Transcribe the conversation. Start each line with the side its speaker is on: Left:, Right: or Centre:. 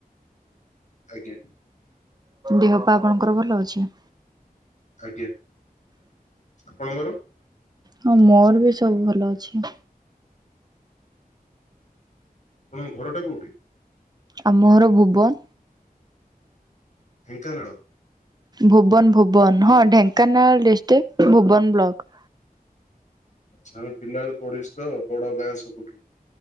Left: ଆଜ୍ଞା।
Right: ଦେହ ପା ଆପଣଙ୍କର ଭଲ ଅଛି?
Left: ଆଜ୍ଞା ଆପଣଙ୍କର?
Right: ହଁ ମୋର ବି ସବୁ ଭଲ ଅଛି।
Left: ଆପଣଙ୍କ ଘରଟା କୋଉଠି?
Right: ଆମ ଘର ଭୁବନ।
Left: ଢେଙ୍କାନାଳ।
Right: ଭୁବନ ଭୁବନ ହଁ ଢେଙ୍କାନାଳ ଡିଷ୍ଟ୍ରିକ୍ଟ ଭୁବନ ବ୍ଲକ।
Left: ଆଛା ଆମେ ପିଲାବେଳୁ ପଡିଛୁ ତ ବଡ ଗାଁ ସବୁଠୁ।